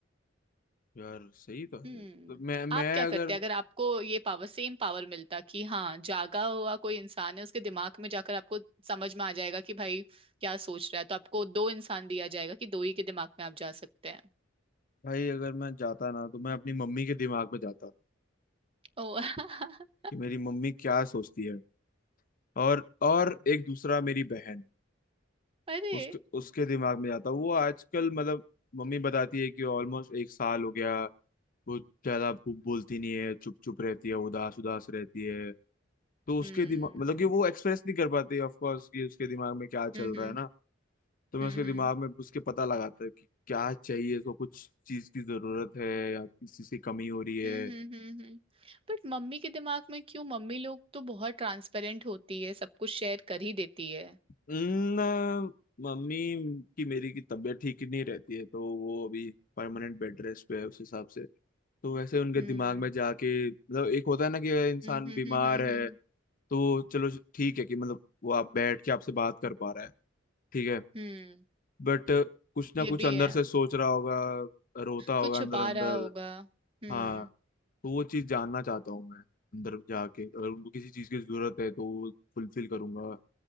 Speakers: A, on the left; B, on the right.
A: यार सही तो है
B: हम्म
A: तो मैं
B: आप
A: मैं
B: क्या
A: अगर
B: करते अगर आपको ये पावर सेम पावर मिलता कि हाँ जागा हुआ कोई इंसान है उसके दिमाग में जाकर आपको समझ में आ जाएगा कि भाई क्या सोच रहा है तो आपको दो इंसान दिया जाएगा कि दो ही के दिमाग में आप जा सकते हैं
A: भाई अगर मैं जाता ना तो मैं अपनी मम्मी के दिमाग में जाता
B: ओ <laughs>
A: कि मेरी मम्मी क्या सोचती है और और एक दूसरा मेरी बहन
B: अरे
A: उसके उसके दिमाग में जाता वो आजकल मतलब मम्मी बताती है कि ऑलमोस्ट एक साल हो गया वो ज्यादा बो- बोलती नहीं है चुप चुप रहती है उदास उदास रहती है तो उसके
B: हम्म
A: दिमाग मतलब कि वो एक्सप्रेस नहीं कर पाती ऑफ कोर्स कि उसके दिमाग में क्या चल
B: हम्म
A: रहा है ना तो मैं
B: हम्म
A: उसके दिमाग में घुस के पता लगाता है कि क्या चाहिए उसको कुछ चीज की जरूरत है या किसी से कमी हो रही है
B: हम्म हम्म बट मम्मी के दिमाग में क्यों मम्मी लोग तो बहुत ट्रांसपेरेंट होती है सब कुछ शेयर कर ही देती है
A: ना मम्मी की मेरी की तबीयत ठीक ही नहीं रहती है तो वो अभी परमानेंट बेड रेस्ट पे है उस हिसाब से तो वैसे उनके
B: हम्म
A: दिमाग में जाके मतलब एक होता है ना कि अगर
B: हम्म
A: इंसान
B: हम्म
A: बीमार
B: हम्म हम्म
A: है
B: हम्म,
A: तो चलो ठीक है कि मतलब वो आप बैठ के आपसे बात कर पा रहा है ठीक है
B: हम्म,
A: बट कुछ ना
B: ये
A: कुछ
B: भी
A: अंदर
B: है
A: से सोच रहा होगा रोता होगा
B: कुछ छुपा
A: अंदर अंदर
B: रहा होगा हम्म
A: हाँ तो वो चीज़ जानना चाहता हूँ मैं अंदर जाके अगर उनको किसी चीज़ की जरूरत है तो वो फुलफिल करूंगा